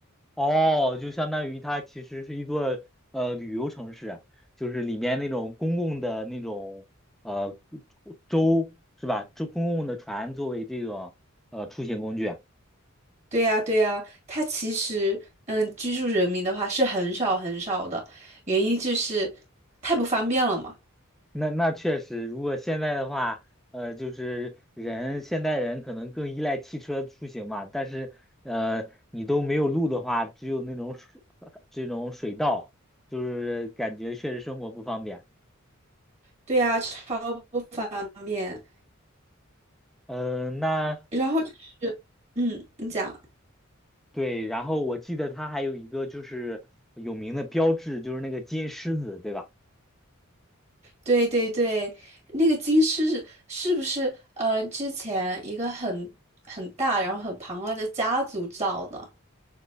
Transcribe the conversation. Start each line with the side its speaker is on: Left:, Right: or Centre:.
Centre: 哦，就相当于它其实是一座呃旅游城市啊就是里面那种公共的那种呃舟是吧？舟公共的船作为这种呃出行工具啊
Right: 对呀，对呀，它其实嗯，居住人民的话是很少很少的，原因就是太不方便了嘛。
Centre: 那那确实，如果现在的话，呃，就是人现代人可能更依赖汽车出行嘛，但是呃，你都没有路的话，只有那种水 <laughs> 这种水道，就是感觉确实生活不方便。
Right: 对呀，超不方便。
Centre: 嗯、呃那
Right: 然后就是，嗯，你讲。
Centre: 对，然后我记得它还有一个就是有名的标志，就是那个金狮子，对吧？
Right: 对对对，那个金狮是不是呃之前一个很很大然后很庞大的家族造的？